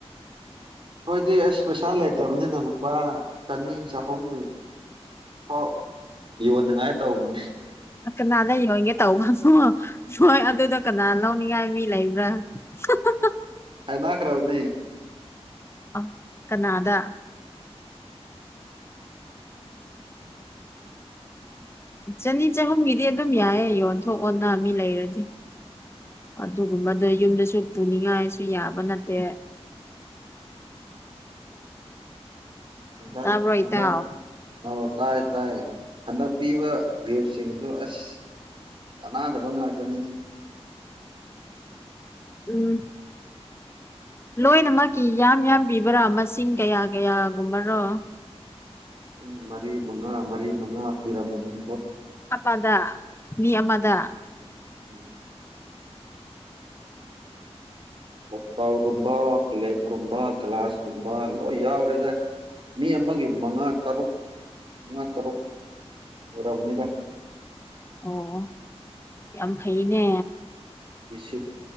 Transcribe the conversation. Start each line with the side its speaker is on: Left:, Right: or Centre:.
Right: ꯈꫭꯏꯗꯤ ꯑꯁ ꯄꯩꯁꯥ ꯂꯩꯇꯕꯅꯤꯅ ꯂꯨꯄꯥ ꯆꯅꯤ ꯆꯍꯨꯝꯒꯤ ꯑꯥꯎ ꯌꯣꯟꯅꯉꯥꯏ ꯇꯧꯕꯅꯤ
Left: ꯀꯅꯥꯗ ꯌꯣꯟꯒꯦ ꯇꯧꯕꯅꯣ ꯍꯣꯏ ꯑꯗꯨꯗ ꯀꯅꯥ ꯂꯧꯅꯤꯡꯉꯥꯏ ꯃꯤ ꯂꯩꯕ꯭ꯔꯥ ꯍꯥ ꯍꯥ ꯍꯥ
Right: ꯍꯥꯏꯅꯥꯈ꯭ꯔꯕꯅꯤ
Left: ꯑ ꯀꯅꯥꯗꯥ ꯆꯅꯤ ꯆꯍꯨꯝꯒꯤꯗꯤ ꯑꯗꯨꯝ ꯌꯥꯏꯌꯦ ꯌꯣꯟꯊꯣꯛ ꯑꯣꯅ ꯃꯤ ꯂꯩꯔꯗꯤ ꯑꯗꯨꯒꯨꯝꯕꯗ ꯌꯨꯝꯗꯁꯨ ꯄꯨꯅꯤꯡꯉꯥꯏꯁꯨ ꯌꯥꯕ ꯅꯠꯇꯦ
Right: <unintelligible> <inaudible> ꯍꯟꯗꯛ
Left: ꯇꯕꯔꯣ
Right: ꯍꯟꯗꯛ
Left: ꯏꯇꯥꯎ
Right: ꯑꯧ ꯇꯥꯏꯌꯦ ꯇꯥꯏꯌꯦ ꯍꯟꯗꯛ ꯄꯤꯕ ꯒꯤꯐꯁꯤꯡꯗꯨ ꯑꯁ ꯀꯥꯟꯅꯗꯕ ꯉꯥꯛ ꯇꯅꯤꯅꯦ
Left: ꯎꯝ ꯂꯣꯏꯅꯃꯛꯀꯤ ꯌꯥꯝ ꯌꯥꯝꯕꯤꯕ꯭ꯔꯥ ꯃꯁꯤꯡ ꯀꯌꯥ ꯀꯌꯥꯒꯨꯝꯕ꯭ꯔꯣ
Right: ꯂꯤꯁꯤꯡ ꯃꯔꯤ ꯃꯉꯥ ꯃꯔꯤ ꯃꯉꯥ ꯄꯤꯔꯝꯃꫭꯏ ꯌꯨꯝ
Left: ꯑꯞꯄꯗ ꯃꯤ ꯑꯃꯗ
Right: ꯎꯝ ꯀꫭꯛꯇꯥꯎꯒꯨꯝꯕ ꯄ꯭ꯂꯦꯠꯀꯨꯝꯕ ꯒ꯭ꯂꯥꯁꯀꯨꯝꯕ ꯂꯣꯏ ꯌꯥꯎꯔꯦꯗ ꯃꯤ ꯑꯃꯒꯤ ꯃꯪꯉꯥ ꯇꯔꯨꯛ ꯃꯪꯉꯥ ꯇꯔꯨꯛ ꯑꯣꯏꯔꯝ ꯅꯤꯗ
Left: ꯑꯣ ꯌꯥꯝ ꯐꯩꯅꯦ
Right: ꯏꯁꯤꯠ